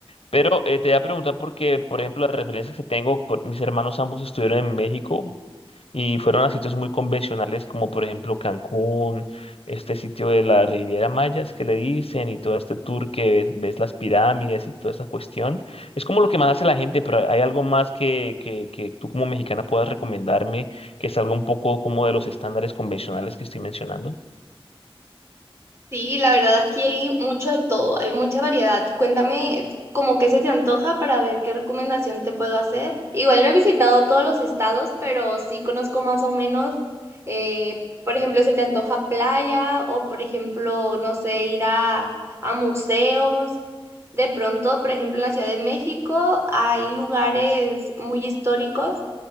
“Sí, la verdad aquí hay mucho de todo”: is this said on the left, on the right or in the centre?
Right